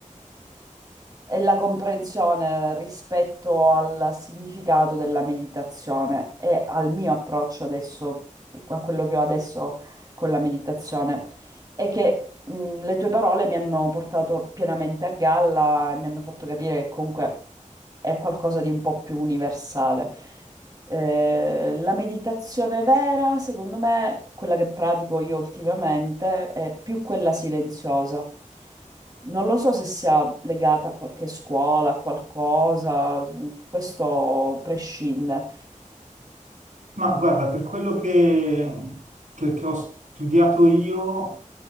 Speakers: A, on the right; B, on the right.
A: e la comprensione rispetto al significato della meditazione e al mio approccio adesso, a quello che ho adesso con la meditazione e che mh, le tue parole mi hanno portato pienamente a galla e mi hanno fatto capire che comunque è qualcosa di un po' più universale. Eh, la meditazione vera, secondo me, quella che pratico io ultimamente, è più quella silenziosa. Non lo so se sia legata a qualche scuola, a qualcosa, questo prescinde.
B: Ma guarda, per quello che, che- che ho studiato io,